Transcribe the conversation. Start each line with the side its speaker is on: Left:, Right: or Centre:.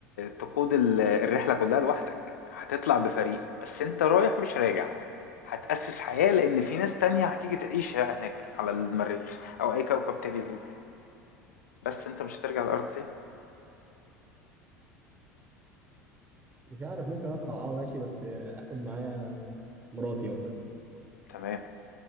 Left: تقود ال الرحلة كلّها لوحدك، هتطلع بفريق، بس أنت رايح مش راجع، هتأسّس حياة لإن في ناس تانية هتيجي تعيش هناك على المريخ أو أي كوكب تاني بعيد. بس أنت مش هترجع الأرض تاني
Right: مش عارف ممكن اطلع اه ماشي بس اخد معايا مراتي مثلا
Left: تمام،